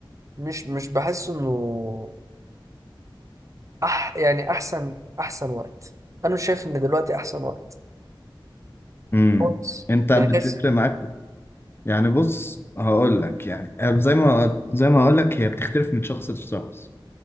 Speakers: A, on the right (about 40°); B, on the left (about 25°).
A: مش مش بحس انه أح يعني احسن احسن وقت انا مش شايف ان دلوقتي احسن وقت
B: امم
A: خالص
B: أنت بتفرق
A: من حيث
B: معاك يعني بص هقول لك يعني زي ما زي ما هقول لك هي بتختلف من شخص لشخص